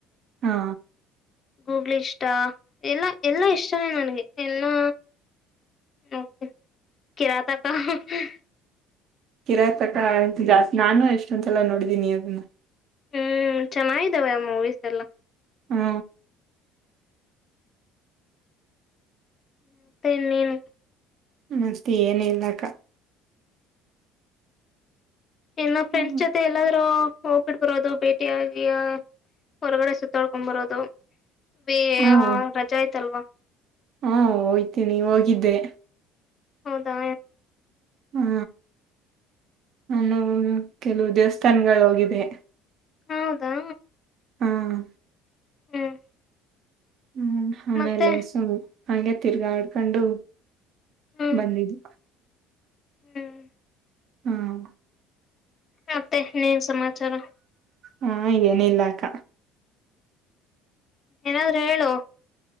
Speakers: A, on the right; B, on the left.
A: ಹಾ
B: ಗೂಗ್ಲ್ ಇಷ್ಟ ಎಲ್ಲ ಎಲ್ಲಾ ಇಷ್ಟೇ ನನಗೆ ಎಲ್ಲೆ ನೋಡುತ್ತೇನೆ ಕಿರಾತಕ <unintelligible>
A: ಕಿರತಕಾರ ಜಾಸ್ತಿ ನಾನು ಎಷ್ಟೊಂತೆಲ್ಲ ನೋಡಿದೀನಿ ಅನ್ನ
B: ಹ್ಮ್ ಚೆನ್ನಾಗಿದ್ದಾವೆ ಆ ಮೂವೀಸ್ ಎಲ್ಲ
A: ಹ್ಮ
B: ಮತ್ತೆ ಇನ್ನೇನು
A: ಮತ್ತೆ ಏನ ಇಲ್ಲ ಅಕ್ಕ
B: ಏನ್ನ ಫ್ರೆಂಡ್ಸ್
A: ಹ್ಮ್
B: ಜೊತೆ ಎಲ್ಲಾದರೂ ಹೋಗ್ಬಿಡ್ ಬರೋದು ಭೇಟಿಿಯಾಗಿ ಹೊರಗಡೆ ಸುತ್ತಾಡ್ಕೊಂಡ್ ಬರೋದು ಬೇ
A: ಹ್ಮ
B: ರಜಾ ಆಯ್ತಲ್ವಾ
A: ಹಾ ಹಯ್ತೀನೆಿ ಹೋಗಿದ್ದೆ
B: ಹೌದಾ
A: ಹಾ ನಾವು ಕೆಲವು ದೇವಸ್ಥಾನಗಳು ಹೋಗಿವೆ
B: ಹೌದಾ
A: ಹ್ಮ
B: ಹ್ಮ್
A: ಹ್ಮ್ ಆಮೇಲೆ
B: ಮತ್ತೆ
A: ಸುಮ್ಮು ಹಂಗೆ ತಿರ್ಗಾಡ್ಕೊಂಡು
B: ಹ್ಮ್
A: ಬಂದಿದು
B: ಹ್ಮ್
A: ಹ್ಮ್
B: ಮತ್ತೆ ಏನೂ ಸಮಾಚಾರ
A: ಹಾ ಏನಿಲ್ಲಾ ಅಕ್ಕ
B: ಏನಾದ್ರೂ ಎಳ್ಳು